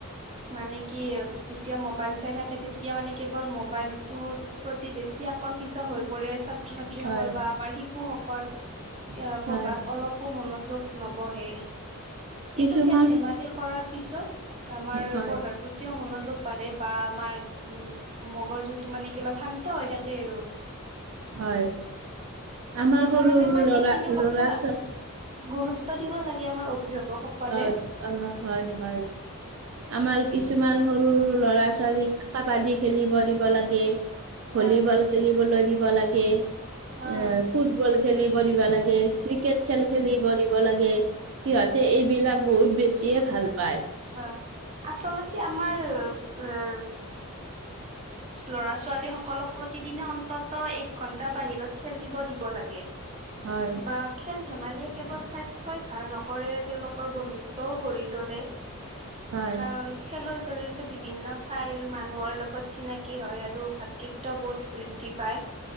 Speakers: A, on the right; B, on the right.
A: মানে কি যেতিয়া মোবাইল চাই থাকে, তেতিয়া মানে কেৱল মোবাইলটোত প্ৰতি বেছি আকৰ্ষিত হৈ পৰে ছাত্ৰ ছাত্ৰীসকল
B: হয়
A: বা আমাৰ শিশুসকল। অহ, পঢ়াত
B: হয়
A: অলপো মনোযোগ নবহে। কিন্তু
B: কিছুমান
A: খেল ধেমালি কৰাৰ পিছত আমাৰ
B: হয়
A: পঢ়াৰ প্ৰতি কেতিয়াও মনোযোগ বাঢ়ে বা আমাৰ উ মগজুটো মানে কি অলপ শান্ত হৈ থাকে আৰু
B: হয়, আমাৰ
A: সেইকাৰণে
B: সৰু-সৰু
A: আমাৰ
B: লৰা
A: সেইখিনি
B: ল'ৰা
A: কথা
B: ছোৱালী
A: গুৰুত্ব দিব লাগে। আমাৰ অভিভাৱকসকলে
B: অ হয় হয়। আমাৰ কিছুমান সৰু-সৰু ল'ৰা ছোৱালীক কাবাডী খেলিব দিব লাগে।
A: হয়
B: ভলীবল খেলিবলৈ দিব লাগে,
A: হয়
B: এ ফুটবল খেলি ব দিব লাগে। ক্ৰিকেট খেল - খেলি বঢ়িব লাগে। সিহতে এইবিলাক বহুত বেছিয়ে ভাল। পায়।
A: হয় আচলতে আমাৰ উম ল'ৰা-ছোৱালী সকলক প্ৰতিদিনে অন্তত এক ঘন্টা বাহিৰত খেলিব দিব লাগে।
B: হয়,
A: বা খেল ধেমালি কেৱল স্বাস্থ্য ভাল নকৰে তেওলোকৰ বন্ধুত্বও গঢ়ি তোলে।
B: হয়,
A: কাৰণ খেলৰ জৰি়য়তে বিভিন্ন ঠাইৰ মানুহৰ লগত চিনাকী হয়, আৰু ভাতৃত্ব বোধ বৃদ্ধি পায়।